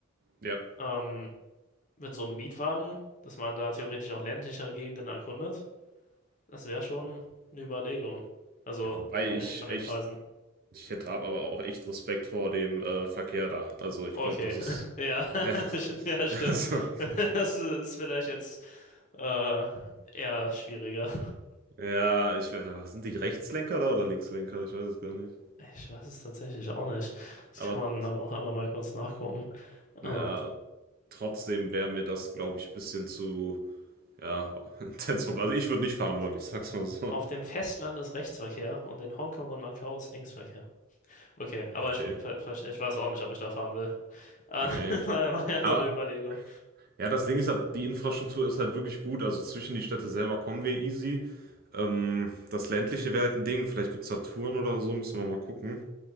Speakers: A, on the right; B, on the left.
A: ja.
B: Ähm, mit so einem Mietwagen, dass man da theoretisch auch ländliche Gegenden erkundet, das wäre schon eine Überlegung. Also
A: Ja, wobei
B: abhängig
A: ich
B: von den
A: echt,
B: Preisen.
A: ich hätte ab- aber auch echt Respekt vor dem äh, Verkehr da. Also ich
B: Okay,
A: glaube, das ist.
B: <laughs> ja,
A: Ja.
B: <laughs> ja, stimmt.
A: <laughs> Also,
B: <laughs> Das ist vielleicht jetzt äh, eher schwieriger.
A: ja, ich, we- sind die Rechtslenker da oder Linkslenker? Ich weiß es gar nicht.
B: Ich weiß es tatsächlich auch nicht. Das
A: Aber
B: kann man aber auch einfach mal kurz nachgucken.
A: Ja,
B: Äh,
A: trotzdem wäre mir das, glaube ich, ein bisschen zu, ja, <laughs> intens. Also ich würde nicht fahren
B: auf,
A: wollen, ich sag's mal so.
B: Auf dem Festland ist Rechtsverkehr und in Hongkong und Macau ist Linksverkehr. Okay, aber
A: Okay,
B: ich, ver ver ich weiß auch nicht, ob ich da fahren will. Äh,
A: ne.
B: <laughs> War ja
A: Aber
B: nur eine Überlegung.
A: ja, das Ding ist halt, die Infrastruktur ist halt wirklich gut. Also zwischen die Städte selber kommen wir easy. Ähm, das ländliche wäre halt ein Ding. Vielleicht gibt's da Touren oder so, müssen wir mal gucken.